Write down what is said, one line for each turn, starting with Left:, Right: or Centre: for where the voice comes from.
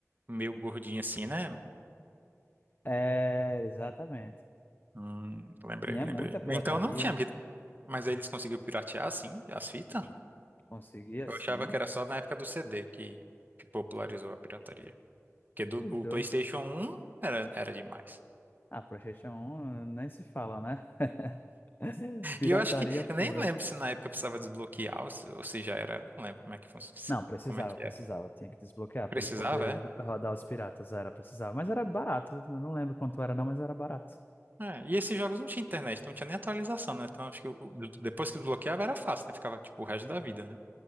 Right: meio gordinha assim, né?
Left: É, exatamente.
Right: Hum, lembrei,
Left: Tinha
Right: lembrei.
Left: muita pirataria,
Right: Então não tinha Mas aí eles conseguiram piratear, sim, as fitas?
Left: conseguia
Right: Eu
Left: sim.
Right: achava que era só na época do CD que, que popularizou a pirataria. Porque do,
Left: Os
Right: o
Left: dois.
Right: PlayStation 1 era, era demais.
Left: Ah, PlayStation um nem se fala, né? <laughs> Pirataria
Right: E eu acho que, eu nem
Left: pura.
Right: lembro se na época precisava desbloquear ou se, ou se já era. Não lembro como é que, fun- se-
Left: Não, precisava,
Right: como é que
Left: precisava.
Right: era.
Left: Tinha que desbloquear
Right: Precisava,
Left: para ele poder
Right: é?
Left: rodar os piratas. Era, precisava. Mas era barato. Eu não lembro quanto era, não, mas era barato.
Right: É, e esses jogos não tinha internet, não tinha nem atualização, né? Então acho que o- o- depois que desbloqueava era fácil, né? Ficava tipo o resto da vida, né?